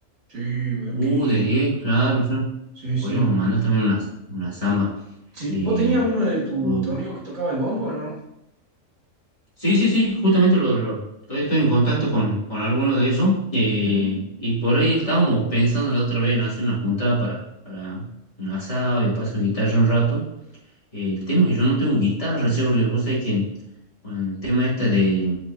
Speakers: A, on the right (about 60°); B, on the left (about 25°).
A: Sí, boludo,
B: Uh,
A: qué lindo.
B: de 10 claro, sí.
A: Sí, sí.
B: Podríamos mandar también unas unas zambas
A: Sí,
B: Eh,
A: ¿vos tenías uno de tu,
B: pero-
A: tu amigo que tocaba el bombo, no?
B: sí, sí, sí, justamente lo, lo- todavía estoy en contacto con, con algunos de ellos. eh,
A: Ujú.
B: y por ahí estábamos pensando la otra vez en hacer una juntada para, para un asado y paso guitarra un rato. Eh, el tema es que yo no tengo guitarra, che, porque vos sabés que Con el tema este de,